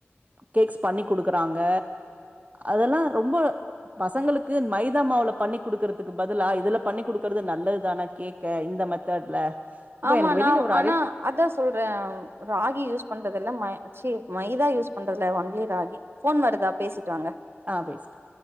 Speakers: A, on the right; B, on the right.
A: கேக்ஸ் பண்ணி குடுக்குறாங்க அதெல்லா ரொம்ப பசங்களுக் கு மைதா மாவுல பண்ணி் குடுக்றதுக்கு பதிலா இதுல பண்ணி குடுக்றது நல்லதுதான கேக்க இந்த மெத்தட்ல இப்ப
B: ஆமானாவ்
A: எனக்கு வெளில ஒரு
B: ஆனா
A: அழைப்பு
B: அதா சொல்றே ராகி யூஸ் பண்றதெல்லா மை ச்சி மைதா யூஸ் பண்றதில்ல ஒன்லி ராகி ஃபோன் வருதா பேசிட்டு வாங்க
A: ஆ பேசிட்டா